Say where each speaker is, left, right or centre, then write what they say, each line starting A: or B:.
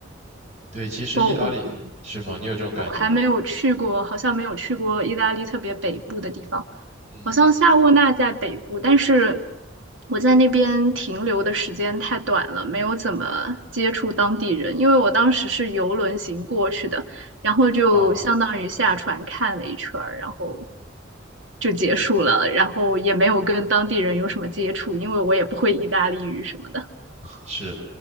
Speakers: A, on the right; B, on the right.
A: 对，其实意大利是吗？
B: 我我我
A: 你有这种感觉吗？
B: 我还没有去过，好像没有去过意大利特别北部的地方。
A: 嗯。
B: 好像夏沃纳在北部，但是我在那边停留的时间太短了，没有怎么接触当地人，因为我当时是游轮行过去的，然后就相当于下船看了一圈儿，
A: 嗯，
B: 然后就结束了，然后也没有跟当地人有什么接触，因为我也不会意大利语什么的。
A: 是，